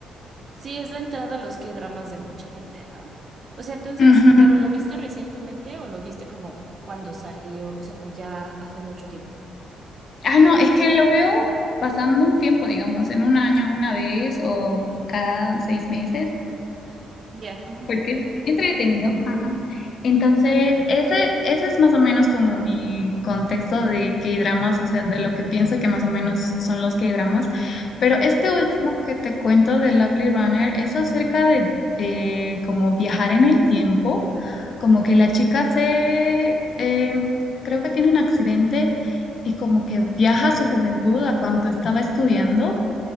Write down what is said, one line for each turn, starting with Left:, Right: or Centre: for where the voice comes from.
Right: Sí, es la entrada a los K-dramas de mucha gente, ¿no? O sea, entonces,
Left: Ujú.
Right: ¿pero lo viste recientemente o lo viste como cuando salió? O sea, como ya hace mucho tiempo.
Left: Ah, no, es que lo veo pasando un tiempo, digamos, en un año una vez o cada seis meses,
Right: Ya. ujú.
Left: porque es entretenido. Ajá. Entonces, ese, ese es más o menos como mi contexto de K-dramas, o sea, de lo que pienso que más o menos son los K-dramas. Pero este último que te cuento de Lovely Runner es acerca de eh, como viajar en el tiempo, como que la chica se, eh, creo que tiene un accidente y como que viaja a su juventud, a cuando estaba estudiando.